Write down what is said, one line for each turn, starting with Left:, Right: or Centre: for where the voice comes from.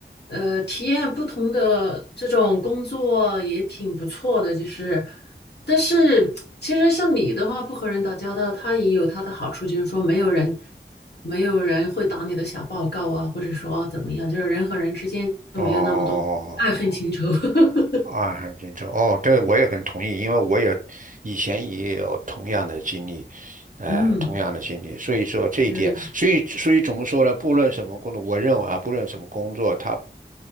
Left: 呃，体验不同的这种工作也挺不错的，就是，但是其实像你的话，不和人打交道，他也有他的好处，就是说没有人，没有人会打你的小报告啊，或者说怎么样，就是人和人之间就没有那么多爱恨情仇。
Right: 哦，
Left: <laughs>
Right: 啊，很清楚。哦，这个我也很同意，因为我也以前也有同样的经历，呃，
Left: 嗯，
Right: 同样的经历。所以说这一点，
Left: 就是，
Right: 所以所以怎么说呢？不论什么工作，我认为啊，不论什么工作，他。